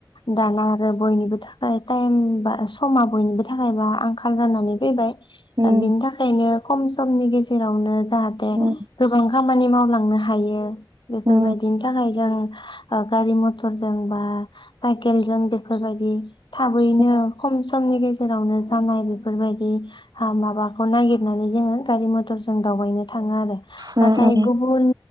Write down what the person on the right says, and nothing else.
उम
उम
उम
अ
उम